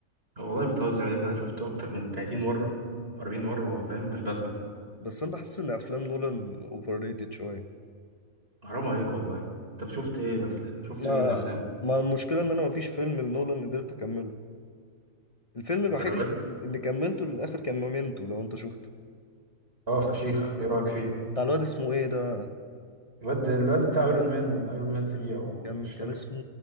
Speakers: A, on the right; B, on the left.
A: آه والله بتهزر يا ابني انا شفته اكتر من 30 مره 40 مره هو فاهم مش بسق
B: بس انا بحس ان افلام نولان اوفر ريتد شويه
A: حرام عليك والله طب شفت ايه أفل... شفت
B: ما
A: ايه من افلام
B: ما المشكله ان انا ما فيش فيلم لنولان قدرت اكمله الفيلم الوحيد
A: الدرجه دي
B: اللي كملته للاخر كان مومنتو لو انت شفته
A: اه فشيخ ايه رايك فيه
B: بتاع الواد اسمه ايه ده
A: الواد الواد بتاع ايرون مان ايرون مان 3 او
B: كان
A: مش
B: كان
A: فاكر
B: اسمه